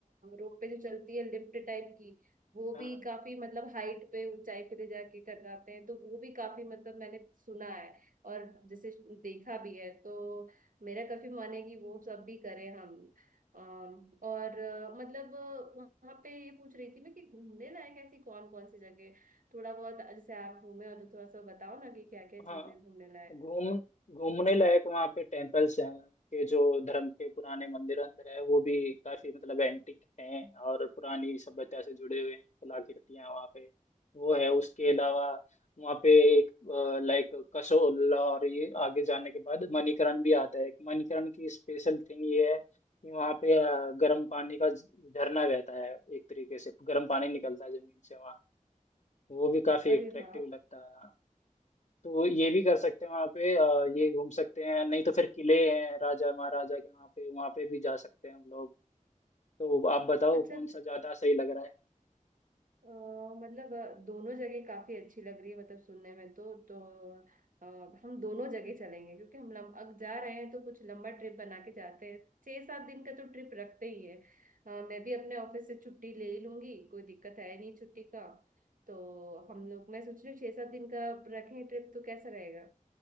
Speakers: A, on the right; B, on the left.
A: रोप पे जो चलती है लिफ्ट टाइप की वो
B: हाँ
A: भी काफी मतलब हाइट पे ऊंचाई पे ले जाके करवाते हैं तो वो भी काफी मतलब मैंने सुना है और जैसे देखा भी है तो मेरा काफी मन है कि वो सब भी करें हम अम, और अ, मतलब वहां पे ये पूछ रही थी मैं कि घूमने लायक ऐसी कौन कौन सी जगह है? थोड़ा बहुत जैसे आप घूमे हो तो थोड़ा सा बताओ ना कि क्या क्या
B: हाँ
A: चीजें घूमने लायक
B: घूम घूमने लायक वहाँ पे टेम्पल्स हैं के जो धर्म के पुराने मंदिर अंदर है वो भी काफी मतलब एंटिक हैं और पुरानी सभ्यता से जुड़े हुए हैं कलाकृतियां वहाँ पे वो है उसके अलावा वहाँ पे एक लाइक कसोल और ये आगे जाने के बाद मणिकरण भी आता है मणिकरण की स्पेशल थिंग ये है कि वहाँ पे अ, गर्म पानी का झरना बहता है एक तरीके से गर्म पानी निकलता है जमीन से वहाँ वो भी काफी
A: अरे
B: अट्रैक्टिव
A: वाह
B: लगता है तो वो ये भी कर सकते हैं वहाँ पे अ, ये घूम सकते हैं नहीं तो फिर किले हैं राजा महाराजा के वहाँ पे वहाँ पे भी जा सकते हैं हम लोग तो आप बताओ
A: अच्छा
B: कौन सा ज्यादा सही लग रहा है
A: अ, मतलब अ, दोनों जगह काफी अच्छी लग रही है मतलब सुनने में तो तो अ, हम दोनों जगह चलेंगे क्योंकि हम लम, अब जा रहे हैं तो कुछ लंबा ट्रिप बना के जाते हैं छह सात दिन का तो ट्रिप रखते ही है अ, मैं भी अपने ऑफिस से छुट्टी ले ही लूंगी कोई दिक्कत है नहीं छुट्टी का तो हम लोग मैं सोच रही हूँ छह सात दिन का रखें ट्रिप तो कैसा रहेगा